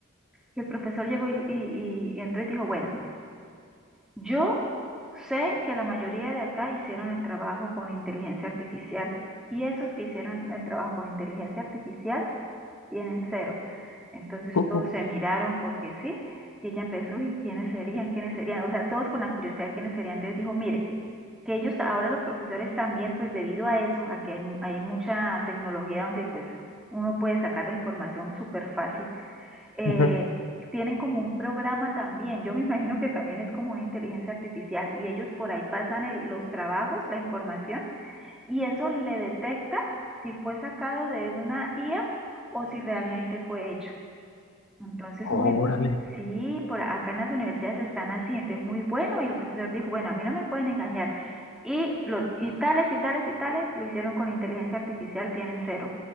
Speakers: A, in the centre; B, on the left.
A: y el profesor llegó y, y- y- entonces dijo, bueno, yo sé que la mayoría de acá hicieron el trabajo con inteligencia artificial y esos que hicieron el trabajo con inteligencia artificial tienen cero. Entonces
B: Ujú,
A: todos se miraron porque sí y ella empezó, ¿y quiénes serían? ¿Quiénes serían? O sea, todos con la curiosidad, ¿quiénes serían? Entonces dijo, mire, que ellos, ahora los profesores también, pues debido a eso, a que hay, hay mucha tecnología donde pues uno puede sacar la información súper fácil eh,
B: ujú,
A: tienen como un programa también. Yo me imagino que también es como una inteligencia artificial y ellos por ahí pasan el- los trabajos, la información y eso le detecta si fue sacado de una IA o si realmente fue hecho. Entonces,
B: Órale.
A: muy, sí, por acá en las universidades están así, entonces muy bueno, y el profesor dijo, bueno, a mí no me pueden engañar. Y, los, y tales y tales y tales lo hicieron con inteligencia artificial, tienen cero.